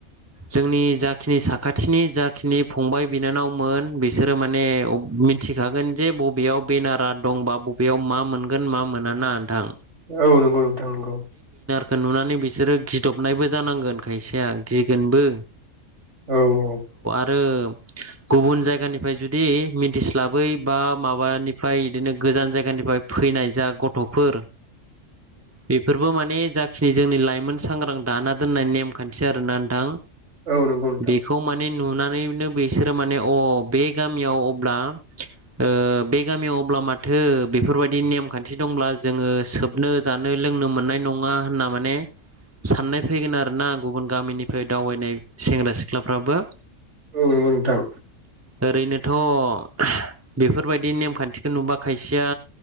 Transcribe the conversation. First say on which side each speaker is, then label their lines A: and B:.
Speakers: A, on the right; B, on the right.
A: जोंनि जाखिनि साखाथिनि जाखिनि फंबाय बिनानावमोन बिसोरो माने मिथिखागोन जे बबेयाव बेनारा दंबा बबेयाव मा मोनगोन मा मोना ना नोंथां
B: औ नंगौ नोंथां नंगौ।
A: खौ नुनानै बिसोरो गिदबनायबो जानांगोन खायसेया गिगोनबो।
B: औ औ।
A: गुबुन जायगानि फ्राय जुदि मिथिस्लाबै बा माबानिफ्राय बिदिनो गोजान जायगानिफ्राय फैनाय जा गथ' फोर बेफोरबो माने जाखिनि जोंनि लाइमोन सांग्रां दाना दोननाय नेमखान्थि आरोना नोंथां
B: औ औ नंगौ नोंथां
A: बेखौ माने नुनानैनो बिसोरो माने अ बे गामियाव अब्ला ओ बे गामियाव अब्ला माथो बेफोरबायदि नेमखान्थि दंब्ला जोङो सोबनो जानो लोंनो मोननाय नङा होनना माने साननाय फैगोन आरोना गुबुन गामिनिफ्राय दावबायनाय सेंग्रा सिख्लाफ्राबो
B: औ नंगौ नोंथां
A: ओरैनोथ' बेफोरबायदि नेमखान्थिखौ नुबा खायसेया